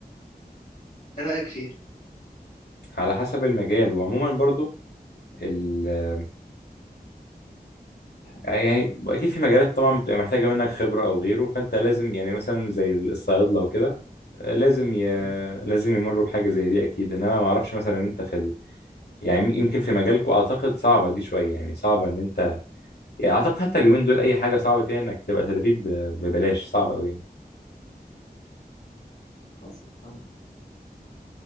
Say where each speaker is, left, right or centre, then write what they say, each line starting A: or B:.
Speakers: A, on the left; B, on the left.
A: ايه رأيك فيها؟
B: على حسب المجال وعموما برضو ال يعني اكيد في مجالات طبعا بتبقى محتاجه منك خبره او غيره فانت لازم يعني مثلا زي الصيادله وكده لازم ي...
A: مم،
B: لازم يمروا بحاجه زي دي اكيد انما ما اعرفش مثلا انت في ال... يعني يمكن في مجالكم اعتقد صعبه دي شويه يعني صعبه ان انت يعني اعتقد حتى اليومين دول اي حاجه صعبه فيها انك تبقى تدريب ب- ببلاش صعبه قوي يعني
A: حصل فعلا.